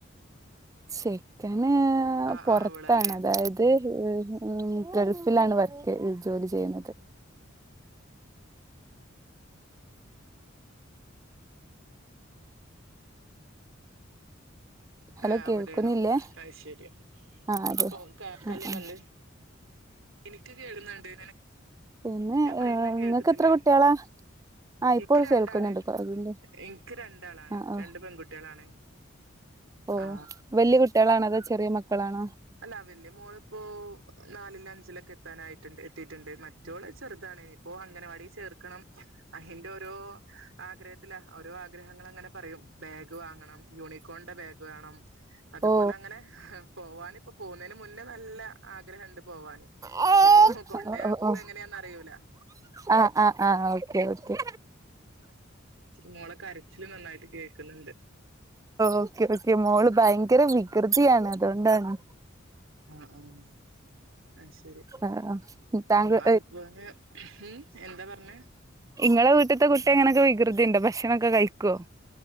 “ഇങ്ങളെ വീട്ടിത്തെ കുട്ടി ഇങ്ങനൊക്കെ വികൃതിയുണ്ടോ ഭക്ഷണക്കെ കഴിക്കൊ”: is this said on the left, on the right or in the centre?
Right